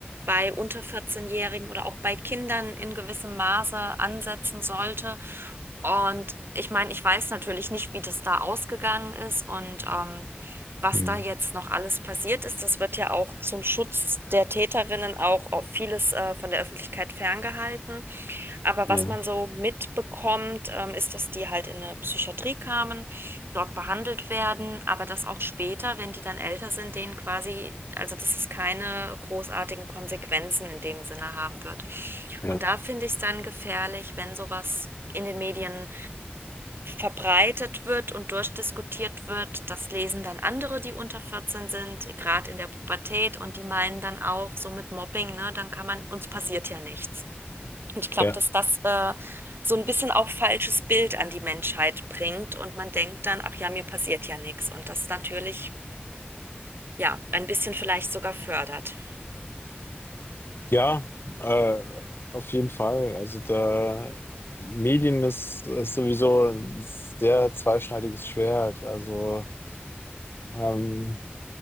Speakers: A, on the right; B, on the left.
A: bei unter 14-Jährigen oder auch bei Kindern in gewissem Maße ansetzen sollte. Und ich meine, ich weiß natürlich nicht, wie das da ausgegangen ist und ähm, was
B: Hm.
A: da jetzt noch alles passiert ist. Das wird ja auch zum Schutz der Täterinnen auch vieles äh, von der Öffentlichkeit ferngehalten. Aber
B: Ja,
A: was man so mitbekommt, ähm, ist, dass die halt in eine Psychiatrie kamen, dort behandelt werden, aber dass auch später, wenn die dann älter sind, denen quasi, also dass es keine großartigen Konsequenzen in dem Sinne haben wird.
B: ja,
A: Und da finde ich es dann gefährlich, wenn sowas in den Medien verbreitet wird und durchdiskutiert wird. Das lesen dann andere, die unter 14 sind, gerade in der Pubertät, und die meinen dann auch so mit Mobbing, ne, dann kann man, uns passiert ja nichts. Und ich glaube,
B: ja.
A: dass das äh, so ein bisschen auch falsches Bild an die Menschheit bringt und man denkt dann, ach ja, mir passiert ja nichts. Und das natürlich, ja, ein bisschen vielleicht sogar fördert.
B: Ja, äh, auf jeden Fall. Also da Medien ist, ist sowieso ein sehr zweischneidiges Schwert. Also ähm,